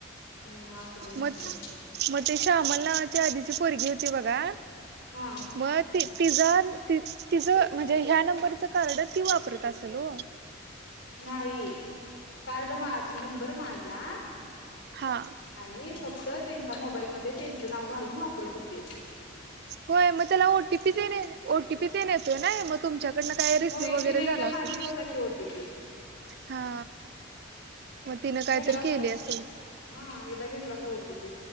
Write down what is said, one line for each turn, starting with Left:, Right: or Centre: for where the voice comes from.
Left: मग असू दे म्हटली
Right: म मग ते श्यामल नावाच्या आधीची पोरगी होती बघा
Left: हा
Right: म ति तिजा ति तिज म्हणजे ह्या नंबरचं कार्ड ती वापरत असल ओ
Left: नाही कार्ड मा नंबर माझा
Right: हा
Left: आणि फक्त त्यांच्या मोबाईल मध्ये त्यांच नाव घालून वापरत होतीत.
Right: होय मग त्याला ओटीपी तेन ओटीपी तेन येतोय ना मग. तुमच्याकडन काय रिसिव्ह
Left: होय
Right: वगैर
Left: तिने
Right: झाला
Left: एकदा
Right: असल
Left: मागितला होता की ओटीपी
Right: हा. म तिनं कायतरी
Left: घेतला होता
Right: केली
Left: एकदा
Right: असल.
Left: हा एकदा घेतला होता ओटीपी